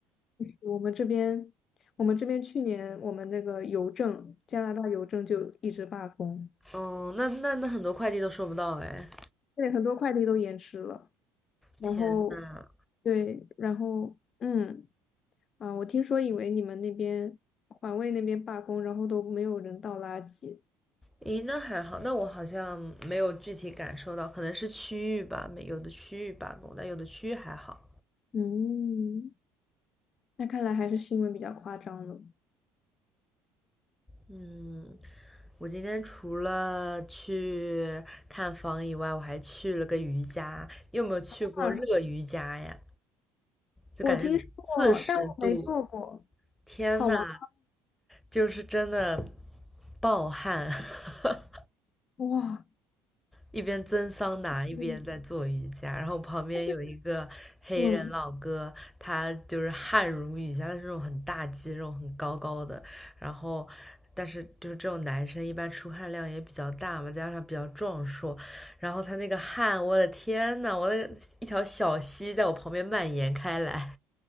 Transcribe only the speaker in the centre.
嗯，那那那很多快递都收不到哎，
天呐，
咦，那还好，那我好像没有具体感受到，可能是区域吧，没有的区域罢工，但有的区域还好。
嗯，我今天除了去看房以外，我还去了个瑜伽。你有没有去过热瑜伽呀？
就感觉有四十度，
天呐，
就是真的暴汗，<laughs>
一边蒸桑拿一边在做瑜伽，
然后旁边有一个黑人老哥，
他就是汗如雨下，他是那种很大肌肉、很高高的，然后。但是就是这种男生一般出汗量也比较大嘛，加上比较壮硕，然后他那个汗，我的天呐，我的一条小溪在我旁边蔓延开来。